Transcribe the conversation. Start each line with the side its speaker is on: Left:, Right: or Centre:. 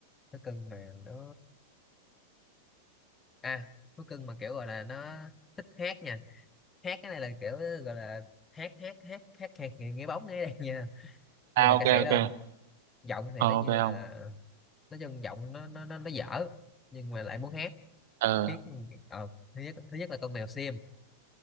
Left: thú cưng mà nó à thú cưng mà kiểu gọi là nó thích hát nha hát cái này là kiểu gọi là hát hát hát hát hát nghe, nghe bóng nghe đây nha
Right: à
Left: như là
Right: ok
Left: ca sĩ
Right: ok
Left: luôn giọng thì
Right: ờ,
Left: nó
Right: ok
Left: như
Right: ông
Left: là nói chung giọng nó nó nó nó dở nhưng mà lại muốn hát
Right: ờ
Left: thiết ờ, thứ nhất thứ nhất là con mèo xiêm